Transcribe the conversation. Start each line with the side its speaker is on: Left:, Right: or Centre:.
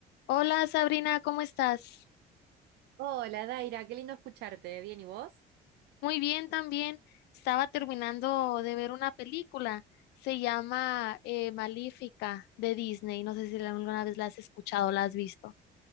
Left: Hola Sabrina, ¿cómo estás?
Right: Hola, Daira, qué lindo escucharte. ¿Bien y vos?
Left: Muy bien también. Estaba terminando de ver una película. Se llama eh, Maléfica de Disney. No sé si la- alguna vez la has escuchado o la has visto.